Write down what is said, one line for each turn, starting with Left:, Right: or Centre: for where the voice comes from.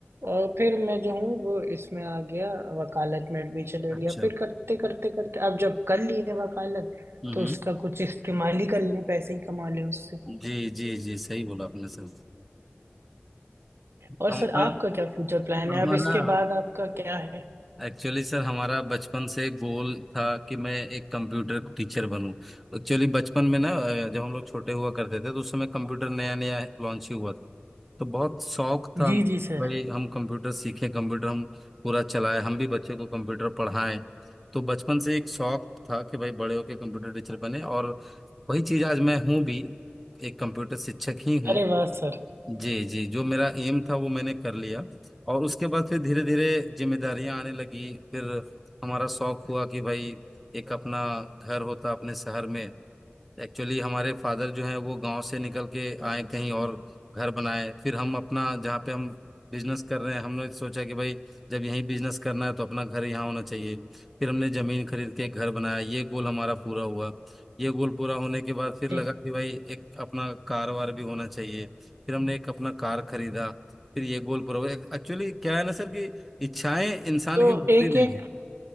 Right: और फिर मैं जो हूँ वो इसमें आ गया वकालत में एडमिशन ले
Centre: अच्छा
Right: लिया फिर करते करते करते अब जब कर लिए वकालत
Centre: हम्म
Right: तो
Centre: हम्म।
Right: उसका कुछ इस्तेमाल ही कर ले पैसे ही कमा ले उससे
Centre: जी जी जी सही बोला आपने सर
Right: और
Centre: हमारा
Right: सर आपका क्या फ्यूचर प्लान
Centre: हमारा
Right: है अब इसके बाद आपका क्या है
Centre: एक्चुअली सर हमारा बचपन से गोल था कि मैं एक कंप्यूटर टीचर बनूं एक्चुअली बचपन में ना अ, जब हम लोग छोटे हुआ करते थे तो उस समय कंप्यूटर नया नया लॉन्च ही हुआ था तो बहुत शौक था
Right: जी
Centre: हम
Right: जी सर
Centre: भाई हम कंप्यूटर सीखें कंप्यूटर हम पूरा चलाएं हम भी बच्चों को कंप्यूटर पढ़ाएं तो बचपन से एक शौक था कि भाई बड़े होके कंप्यूटर टीचर बने और वही चीज आज मैं हूँ भी एक कंप्यूटर शिक्षक ही हूँ
Right: अरे वाह सर
Centre: जी जी जो मेरा एम था वो मैंने कर लिया और उसके बाद फिर धीरे धीरे जिम्मेदारियां आने लगी फिर हमारा शौक हुआ कि भाई एक अपना घर होता अपने शहर में एक्चुअली हमारे फादर जो हैं वो गांव से निकल के आए कहीं और घर बनाए फिर हम अपना जहाँ पे हम बिजनेस कर रहे हैं हमने सोचा कि भाई जब यहीं बिजनेस करना है तो अपना घर यहाँ होना चाहिए फिर हमने जमीन खरीद के घर बनाया ये गोल हमारा पूरा हुआ ये गोल पूरा होने के बाद फिर लगा
Right: ए,
Centre: कि भाई एक अपना कार वार भी होना चाहिए फिर हमने एक अपना कार खरीदा फिर ये गोल पूरा हुआ एक्चुअली क्या है ना सर कि इच्छाएं इंसान
Right: तो
Centre: की मुक्ति
Right: एक
Centre: नहीं
Right: एक
Centre: है